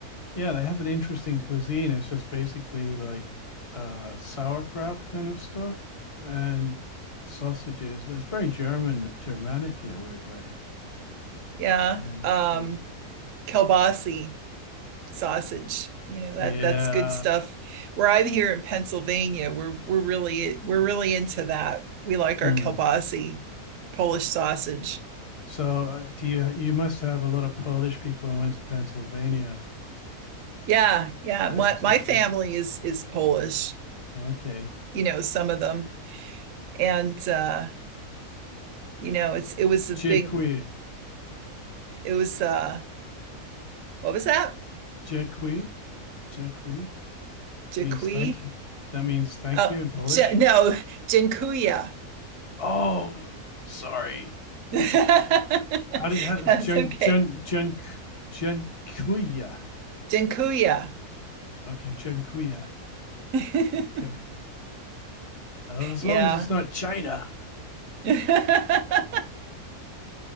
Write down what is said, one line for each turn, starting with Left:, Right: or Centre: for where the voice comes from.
Left: Yeah, they have an interesting cuisine. It's just basically like uh sauerkraut kind of stuff and sausages, but it's very German, Germanic in a weird way.
Right: Yeah.
Left: Uh,
Right: Um,
Left: So
Right: kielbasi sausage. You know that
Left: yeah.
Right: that's good stuff. Where I'm here in Pennsylvania, we're we're really we're really into that. We like
Left: Hmm.
Right: our kielbasi Polish sausage.
Left: So uh, do you you must have a lot of Polish people who went to Pennsylvania.
Right: Yeah, yeah.
Left: They
Right: My
Left: sort
Right: my family
Left: of
Right: is is Polish.
Left: uh, okay.
Right: You know some of them, and uh, you know it's it was a
Left: Dziękuję.
Right: big it was uh what was that?
Left: Dziękuję. Dziękuję
Right: Jakui?
Left: means thank you. That means thank
Right: Oh,
Left: you in Polish.
Right: J- no, Jinkuya.
Left: Oh, sorry.
Right: <laughs>
Left: How do you, how is
Right: That's
Left: Jen,
Right: okay.
Left: Jen, Jen, Jen Kuya?
Right: Dinkuya.
Left: Okay, Jen Kuya.
Right: <laughs>
Left: Okay. Uh, as
Right: yeah.
Left: long as it's not China.
Right: <laughs> yeah.